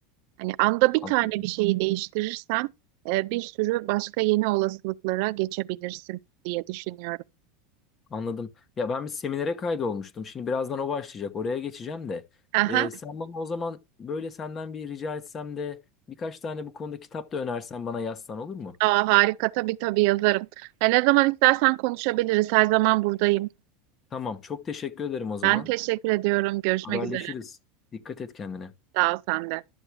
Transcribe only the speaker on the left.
Anladım.
Anladım. Ya ben bir seminere kaydolmuştum. Şimdi birazdan o başlayacak. Oraya geçeceğim de.
Ee, sen bana o zaman böyle senden bir rica etsem de birkaç tane bu konuda kitap da önersen bana yazsan olur mu?
Tamam. Çok teşekkür ederim o zaman.
Haberleşiriz.
Dikkat et kendine.